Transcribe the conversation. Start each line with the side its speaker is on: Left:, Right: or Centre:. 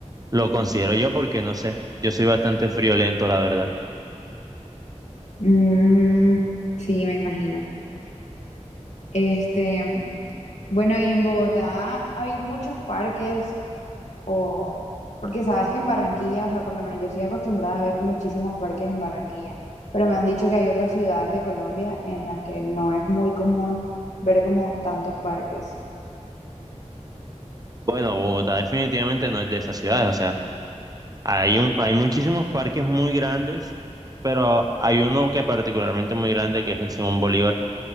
Right: lo considero yo, porque no sé, yo soy bastante friolento, la verdad.
Left: Mm, sí, me imagino. Este, bueno, y en Bogotá hay muchos parques o porque sabes que en Barranquilla, o sea, por lo menos yo estoy acostumbrada a ver muchísimos parques en Barranquilla, pero me han dicho que hay otras ciudades de Colombia en las que no es muy común ver como tantos parques.
Right: Bueno, Bogotá definitivamente no es de esas ciudades, o sea, hay un, hay muchísimos parques muy grandes, pero hay uno que particularmente muy grande, que es el Simón Bolívar,